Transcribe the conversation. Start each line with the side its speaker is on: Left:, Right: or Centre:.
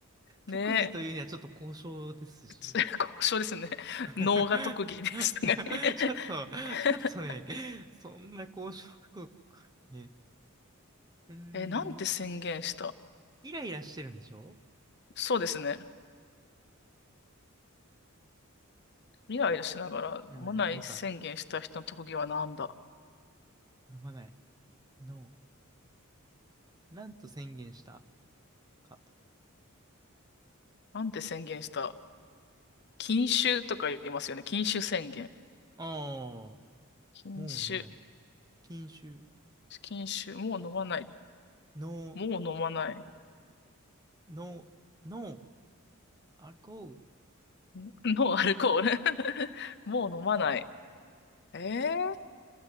Right: 特技というにはちょっと交渉ですし。
Left: ねえ、つ <laughs> 交渉ですね。
Right: <laughs>
Left: ノーが特技ですね。
Right: ちょっと、
Left: <laughs>
Right: ちょっとね、そんな交渉なこと、ね。うーん、
Left: え、なんて宣言した
Right: イライラしてるんでしょ
Left: そうですね。イライラしながら飲まない宣言した人の特技はなんだ
Right: やばいな、なんか、飲まない。No。なんと宣言したかと。
Left: なんて宣言した禁酒とか言いますよね。禁酒宣言。
Right: ああ、も
Left: 禁酒。
Right: う飲まない。禁酒。
Left: 禁酒。もう飲まない。
Right: No、
Left: もう飲まない。
Right: No、No、アルコール。
Left: <laughs> ノノンアルコール <laughs> もう飲まない。ええ